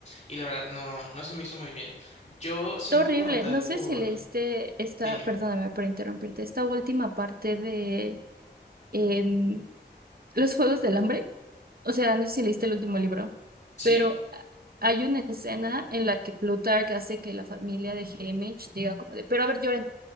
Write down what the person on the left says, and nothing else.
Y la verdad, no, no se me hizo muy bien. Yo siento
como tal
por.
Dime,
¿sí?